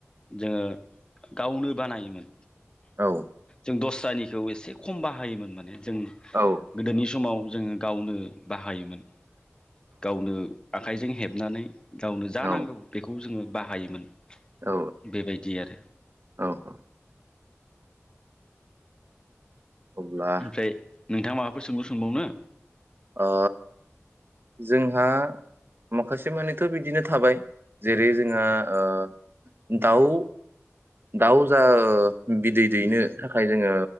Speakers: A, on the left; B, on the right.
A: जोङो गावनो बानायोमोन।
B: औ
A: जों दस <unintelligible> एसे खम बाहायोमोन माने। जों
B: औ
A: गोदोनि समाव जोङो गावनो बाहायोमोन। गावनो। आखाइजों हेबनानै। गावनो जा
B: औ
A: नांगौ बेखौ जोंङो । बाहायोमोन।
B: औ
A: बेबायदि आरो
B: औ औ। अब्ला
A: ओमफ्राय। नोंथाङा माबाफोर सोंगौ सोंबावनो?
B: ओ जोंहा माखासे मानिथ बिदिनो थाबाय जेरै जोंहा ओ दाउ दाउ जा बिदै दैनो थाखाय जोङो